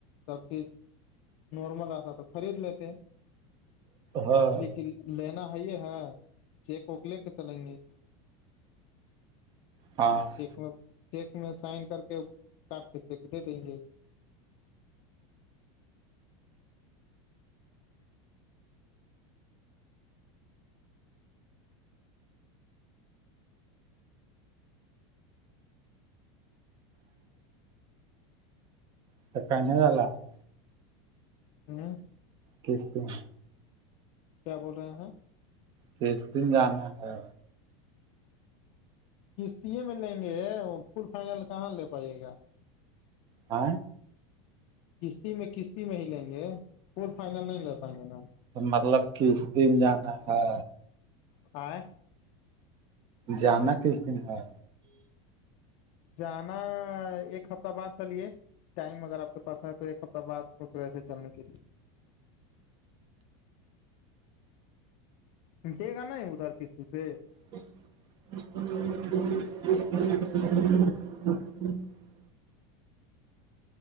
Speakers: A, on the left; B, on the right.
A: سب چیز نارمل رہتا تو خرید لیتے
B: ہاں
A: اس لیے کہ لینا ہے یہ ہے چیک وک لے کے چلیں گے
B: ہاں <unintelligible>
A: چیک میں چیک میں سائن کر کے کاٹ کے چیک دے دیں گے
B: <unintelligible>
A: ہمم
B: کس دن
A: کیا بول رہے ہیں
B: کس دن جانا ہے
A: کستیے میں لیںگے ہے فل فائنل کہاں لے پایے گا
B: ہایں
A: کستی میں کستی میں ہی لیں گے فل فائنل نہیں لے پاینگے نا
B: مطلب کس دن جانا ہے
A: ہایں
B: جانا کس دن ہے
A: جانا ایک ہفتہ بعد چلیے ٹائم اگر آپ کے پاس ہے تو ایک ہفتہ بعد سوچ رہے تھے چلنے کے لیے <unintelligible>
B: <inaudible> <inaudible>